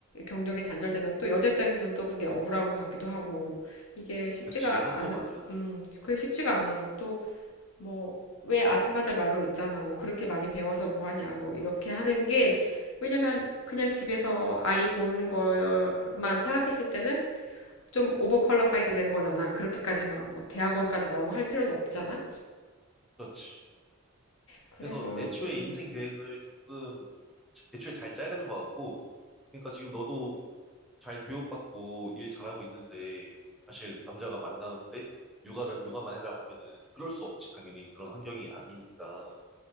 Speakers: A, on the left (about 75°); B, in the centre.
A: 경력이 단절되면 또 여자 입장에서는 또 그게 억울한 것 같기도 하고 이게 쉽지가
B: 그치, 그것도
A: 않,
B: 맞아.
A: 음, 그게 쉽지가 않아. 또 뭐, 왜 아줌마들 말로 있잖아. 뭐 그렇게 많이 배워서 뭐 하냐. 뭐 이렇게 하는 게 왜냐면 그냥 집에서 아이 보는 것만 생각했을 때는 좀 오버퀄리파이드 된 거잖아. 그렇게까지 막 뭐 대학원까지 나오고 할 필요는 없잖아.
B: 그렇지.
A: 그래서
B: 그래서 애초에
A: 음,
B: 인생 계획을 조금, 애초에 잘 짜야 되는 것 같고, 그러니까 지금 너도 잘 교육받고 일 잘하고 있는데, 사실 남자가 만나는데, 육아를, 육아만 해라 하면은, 그럴 수 없지, 당연히. 그런 환경이 아니니까.